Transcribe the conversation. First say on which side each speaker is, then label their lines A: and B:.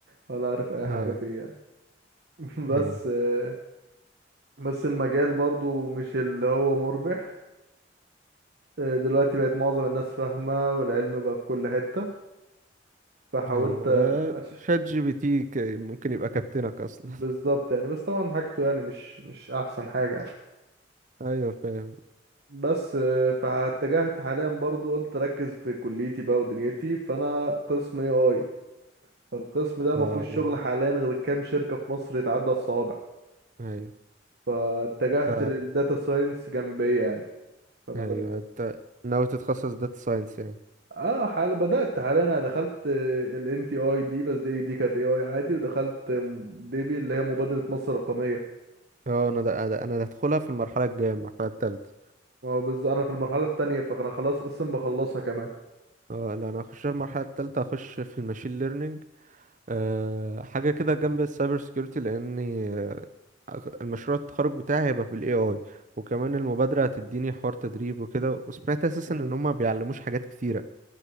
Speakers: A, on the right; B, on the right.
A: ولا عارف اي
B: <laughs>
A: حاجة
B: اه
A: فيه يعني <laughs> بس
B: ايوه
A: آه، بس المجال برضو مش اللي هو مربح آه، دلوقتي بقت معظم الناس فاهمة والعلم بقى في كل حتة فحاولت
B: ايوه
A: أش...
B: وشات جي بي تي ك- ممكن يبقى كابتنك اصلا
A: بالظبط يعني بس طبعا حاجته يعني مش مش احسن حاجة يعني
B: ايوه فاهم
A: بس آه، فاتجهت حاليا برضو قلت ركز في كليتي بقى ودنيتي فانا قسم اي اي فالقسم ده ما
B: اه
A: فيهوش
B: جامد
A: شغل حاليا غير كام شركة في مصر يتعدى الصوابع
B: ايوه
A: فاتجهت
B: ف-
A: للداتا ساينس جنبية يعني فانا
B: ايوه
A: بقيت
B: انت ناوي تتخصص داتا ساينس يعني
A: اه حال بدأت حاليا انا دخلت ال إن تي اي دي بس دي دي كانت اي اي عادي ودخلت ديبي اللي هي مبادرة مصر الرقمية
B: اه انا ده ده- انا هدخلها في المرحله الجايه المرحله الثالثه
A: بس انا في المرحلة التانية فانا خلاص قسم بخلصها كمان
B: اه لا انا هخش المرحله الثالثه هخش في الماشين ليرنينج أه حاجه كده جنب السايبر سكيورتي لاني آه، المشروع التخرج بتاعي هيبقى بالاي اي وكمان المبادره هتديني حوار تدريب وكده وسمعت اساسا
A: بالظبط.
B: ان هما بيعلموش حاجات كتيره